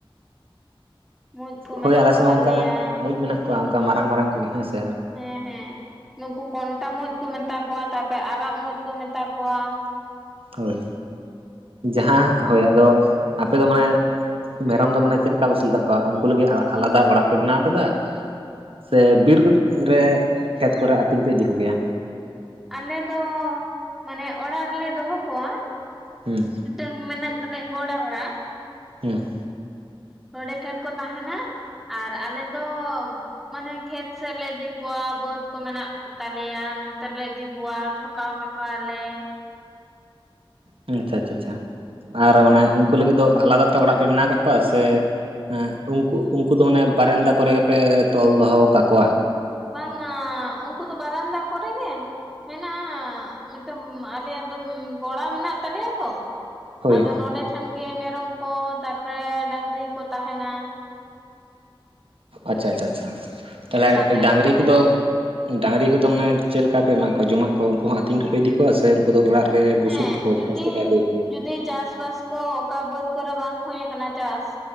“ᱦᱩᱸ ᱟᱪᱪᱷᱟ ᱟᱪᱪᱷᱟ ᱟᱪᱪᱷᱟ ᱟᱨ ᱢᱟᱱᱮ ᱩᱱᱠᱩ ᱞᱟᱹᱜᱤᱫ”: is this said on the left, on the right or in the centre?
Right